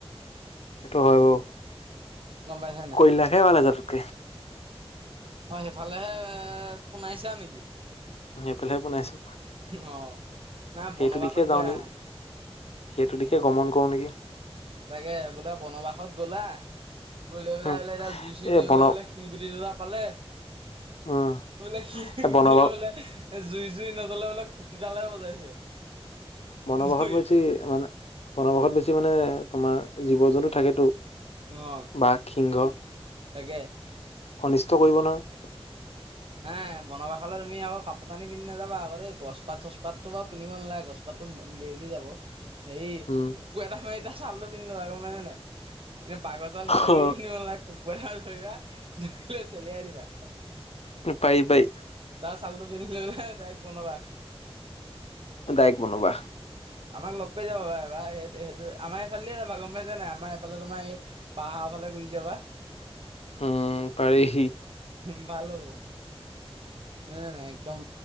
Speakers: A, on the left (about 75°); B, on the right (about 55°).
A: সেইটো হয় বৌ
B: গম পাইছা
A: কৈ লাখে ভাল য তক
B: অঁ সেইফালেহে পোনাইছা নেকি
A: সেই পেলহে বনাইছো
B: অ নাই
A: সেইটো
B: বনবাসত
A: দিশে যাওঁ
B: গৈ
A: নেকি
B: আহা
A: সেইটো দিখে গমন কৰো নেকি
B: তাকে বোলে বনবাসত গ'লা গৈ লৈ পেলাই
A: হম
B: আহলে এতিয়া জুই চুৰিবলৈ
A: এই বন
B: বোলে শিলুটি দুটা পালে
A: উম
B: বলে কি
A: এই
B: কুটিয়
A: বনবাস
B: বলে এ জুই জুই নজলে বোলে খুটি তালে বজাইছে
A: বনবাসত
B: মৰিলে।
A: বেছি মানে বনবাসত বেছি মানে তোমাৰ জীৱ জন্তু থাকেতো
B: অ',
A: বাঘ সিংহ
B: তাকে
A: অনিষ্ট কৰিব নহয়
B: হে বনব খাললে তুমি আক কাপোৰ কানি পিন্ধি নাাবা আগতে গছপাত চছপাত ো বাৰু পিন্ধিব নালাগে গছপাত ললি যাব সেই
A: উম
B: কুকুৰ এটা মাৰি তাৰ ছালটো পিন্ধ লো আক মানে নাই কিন্তু পাগজাল কিবা
A: অ
B: কিবি পিন্ধিব নালাগে কুকুৰাাাল ধৰিবা ধৰি লৈ চলিয়াই দিবা
A: পাৰি পাৰি
B: তাৰ চউালটো পিন্ধিলে বোলোই তাইক বনাবা
A: দায়ক বনো বা
B: আমাক লগ কৰি যাব পাৰে বা সেই সেইটো আমাৰ এইফালেে যাবা গম পাইছ নাই আমাৰ এইফালে তোমাৰ এই বাহাফালে গৈ যাবা
A: উম পাৰেি
B: উ ভালো ন নাই একদম